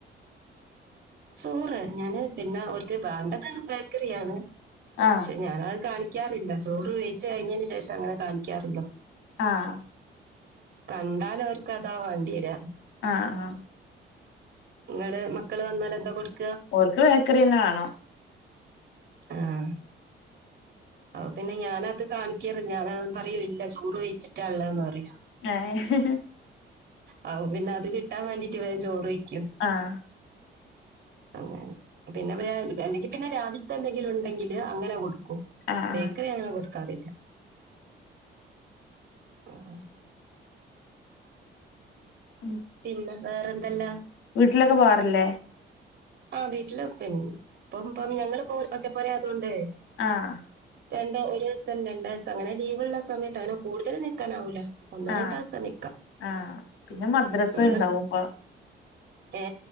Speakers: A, on the right; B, on the left.
A: ചോറ്. ഞാന് പിന്നെ ഓൽക്ക് വേണ്ടത് ബേക്കറിയാണ്.
B: ആഹ്
A: പക്ഷെ ഞാനത് കാണിക്കാറില്ല ചോറ് കഴിച്ച് കഴിഞ്ഞതിനന് ശേഷം അങ്ങനെ കാണിക്കാറുള്ളൂ
B: ആഹ
A: കണ്ടാൽ അവർക്ക് അതാ വേണ്ടി വരാ
B: ആഹ ആഹ
A: ഇങ്ങള് മക്കള് വന്നാൽ എന്താ കൊടുക്ക
B: ഓർക്ക് ബേക്കറി തന്നെ വേണം
A: ആഹ പിന്നെ ഞാന അത് കാണിക്കാറ് ഇല്ല പറയൂ ഇല്ല ചോറ് കാഴ്ച്ചിട്ട ഉള്ളത് പറയും
B: ഹ <unintelligible>
A: ആ പിന്നെ അത് കിട്ടാൻ വേണ്ടിട്ട് വേഗം ചോറ് കഴിക്കും
B: ആഹ
A: അങ്ങനെ പിന്നെ അല്ലെങ്കിൽ പിന്നെ രാവിലത്തെ എന്തെങ്കിലും ഉണ്ടെങ്കില് അങ്ങനെ കൊടുക്കും
B: ആഹ്
A: ബേക്കറി
B: ആഹ്
A: അങ്ങനെ കൊടുക്കാറില്ല ആഹ
B: ഉം
A: പിന്നെ വേറെന്തല്ലാ
B: വീട്ടിലൊക്കെ പോവാറില്ലേ
A: ആ വീട്ടില് പിന്നെ ഇപ്പം ഇപ്പ ഞങ്ങള് പോ ഒറ്റ പോര അതുകൊണ്ട്
B: ആഹ
A: രണ്ട് ഒരു ദിവസം രണ്ട് ദിവസം അങ്ങനെ ലീവ്ള്ള സമയത്ത് അങ്ങനെ കൂടുതല് നിൽക്കാനാവൂല ഒന്നോ
B: ആഹ
A: രണ്ടോ ദിവസം നിൽക്കാം
B: ആഹ പിന്നെ മദ്രസ
A: നിങ്ങൾ
B: ഉണ്ടാവുമ്പോ
A: ഏ